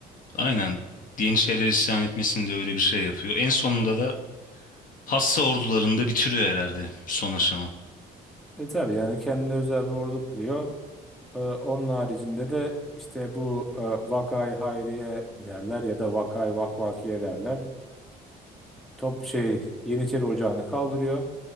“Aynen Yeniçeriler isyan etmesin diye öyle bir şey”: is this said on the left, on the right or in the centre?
Left